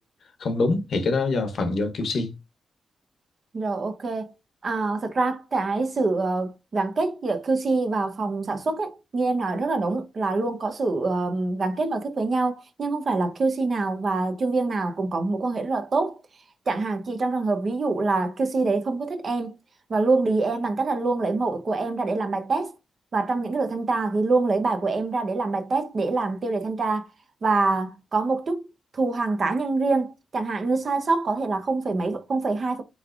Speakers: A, on the left; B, on the right.
A: không đúng thì cái đó do phần do QC
B: Rồi ok. À, thật ra cái sự ờ, gắn kết giữa QC và phòng sản xuất ấy, như em nói rất là đúng là luôn có sự ờ, gắn kết mật thiết với nhau nhưng không phải là QC nào và chuyên viên nào cũng có mối quan hệ rất là tốt. Chẳng hạn chị trong trường hợp ví dụ là QC đấy không có thích em và luôn đì em bằng cách là luôn lấy mẫu của em ra để làm bài test và trong những cái đợt thanh tra thì luôn lấy bài của em ra để làm bài test để làm tiêu đề thanh tra và có một chút thù hằn cá nhân riêng chẳng hạn như sai sót có thể là không phẩy mấy không phẩy hai